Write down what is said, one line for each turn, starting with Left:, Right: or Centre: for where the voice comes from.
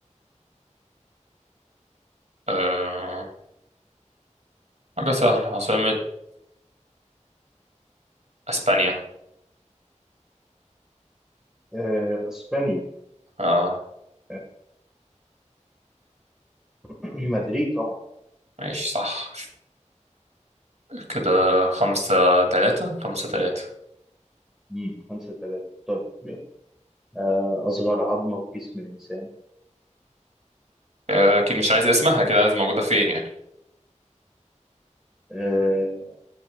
Right: آه حاجة سهلة عاصمة اسبانيا
Centre: آه اسبانيا
Right: اه
Centre: آه <clears throat> مدريد طبعا
Right: ماشي صح كده خمسة تلاتة خمسة تلاتة
Centre: مم. خمسة ثلاثة طيب يلا. آه أصغر عظمة في جسم الإنسان
Right: آه، اكيد مش عايز اسمها كده عايز موجودة فين يعني
Centre: آه